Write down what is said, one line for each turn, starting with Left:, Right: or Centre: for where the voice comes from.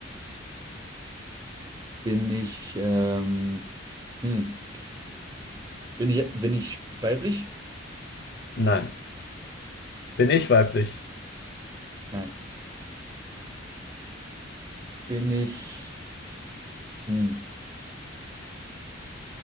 Right: Bin ich, ähm, hm. Bin ich, bin ich weiblich?
Left: Nein. Bin ich weiblich?
Right: Nein. Bin ich, hm.